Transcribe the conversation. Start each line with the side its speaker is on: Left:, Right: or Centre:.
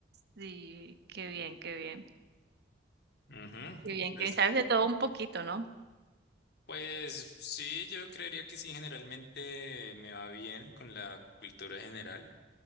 Right: Sí, qué bien, qué bien,
Left: Ujú,
Right: qué bien,
Left: Pues,
Right: que sabes de todo un poquito, ¿no?
Left: pues sí, yo creería que sí, generalmente me va bien con la cultura general.